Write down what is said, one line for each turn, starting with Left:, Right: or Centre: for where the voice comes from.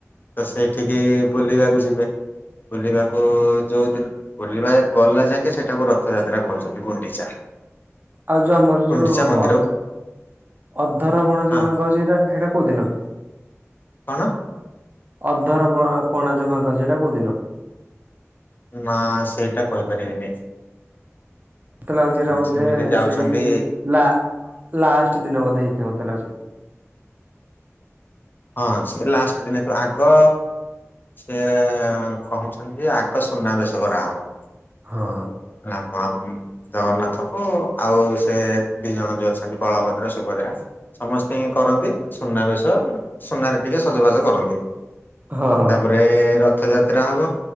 Left: ତ ସେଇଠିକି ବୁଲିବାକୁ ଯିବେ। ବୁଲିବାକୁ ଯୋଉଦିନ ବୁଲିବା ଗଲା ଯାକେ ସେଇଟାକୁ ରଥଯାତ୍ରା କହୁଛନ୍ତି ଗୁଣ୍ଡିଚା।
Right: ଆଉ ଯୋଉ ଆମର
Left: ଗୁଣ୍ଡିଚା
Right: ଯୋଉ
Left: ମନ୍ଦିର
Right: ଅ ଅଧର ବଣ ଯୋଉ
Left: ହଁ
Right: ଭାଙ୍ଗ ହଉଛି ସେଟା କୋଉଦିନ?
Left: କଣ
Right: ଅଧର ପ-ପଣା ଯୋଉ ଭାଙ୍ଗ ସେଇଟା କୋଉ ଦିନ?
Left: ନା ସେଇଟା କହିପାରିବିନି।
Right: ମତେ ଲାଗୁଛି ଏଟା ବୋଧେ
Left: ସେମିତି ଯାଉଛନ୍ତି
Right: ସେଇ ଲା-ଲାଷ୍ଟ ଦିନ ବୋଧେ ହେଇଥିବ ମତେ ଲାଗୁଛି।
Left: ହଁ ସେ ଲାଷ୍ଟ ଦିନ ତୁ ଆଗ ସେଏ କ ଆଗ ସୁନାବେେଶ କରାହବ।
Right: ହଁ
Left: ଓ ହଁ ହୁଁ, ଜଗନ୍ନାଥକୁ ଆଉ ସେ ଦୁଇ ଜଣ ଯେଉଁ ଅଛନ୍ତି ବଳଭଦ୍ର ସୁଭଦ୍ରା ସମସ୍ତେ ହି କରନ୍ତି ସୁନାବେଶ। ସୁନାରେ ଟିକେ ସଜବାଜ କରନ୍ତି।
Right: ହଁ।
Left: ରେ ରଥଯାତ୍ରା ହବ,